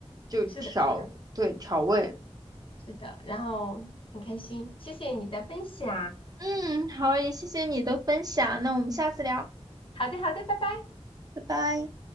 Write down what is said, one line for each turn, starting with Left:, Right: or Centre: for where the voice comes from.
Right: 就调，
Left: 是的，是的，
Right: 对，调味。
Left: 是的。然后很开心，谢谢你的分享。
Right: 嗯，好，也谢谢你的分享，那我们下次聊，
Left: 好的，好的，拜拜。
Right: 拜拜。